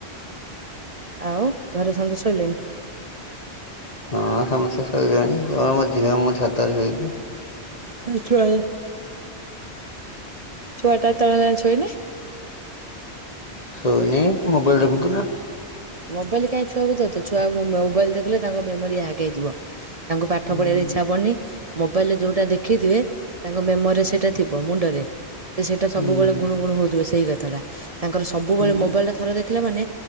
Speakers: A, on the right (about 40°); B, on the left (about 35°).
A: ଆଉ ଘରେ ସମସ୍ତେ ଶୋଇଲେଣି?
B: ହଁ ସମସ୍ତେ ଶୋଇଲେଣି କେବଳ ମୋ ଝିଅ ମୁଁ ଛାତରେ ଶୋଇଚୁ।
A: ସେଥିାଇ <unintelligible> ଛୁଆ ଟା ଏତୋଳ ଯାଏଁ ଶୋଇନି?
B: ଶୋଇନି ମୋବାଇଲ ଦେଖୁଥିଲା।
A: ମୋବାଇଲ୍ କାହିଁ ଛୁଆକୁ ଦୋଉଚ ଛୁଆ ମୋଵାଇଲ୍ ଦେଖିଲେ ତାଙ୍କ ମେମୋରୀ ହ୍ୟାକ୍ ହେଇଯିବ। ତାଙ୍କୁ ପାଠ
B: ହୁଁ
A: ପଢିବାରେ ଇଚ୍ଛା ହବନି। ମୋବାଇଲରେ ଯୋଉଟା ଦେଖିଥିବେ ତାଙ୍କ ମେମୋରି ସେଇଟା ଥିବ ମୁଣ୍ଡରେ। ସେ ସେଇଟା
B: ହୁଁ
A: ସବୁବେଳେ ଗୁଣୁ ଗୁଣୁ ହଉଥିବେ ସେଇ କଥାଟା ତାଙ୍କର ସବୁବେଳେ
B: ହୁଁ
A: ମୋବାଇଲ ଟା ଥରେ ଦେଖିଲା ମାନେ